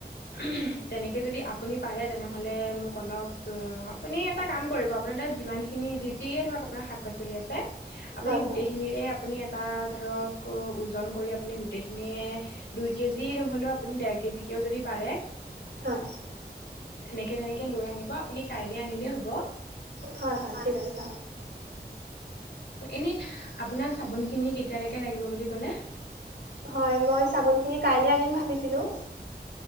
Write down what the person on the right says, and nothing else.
হয়
হয়
হয়
হয়', - হয়', - ঠিক আছে।
হয়', মই চাবোন খিনি কাইলে আনিম ভাবিছিলোঁ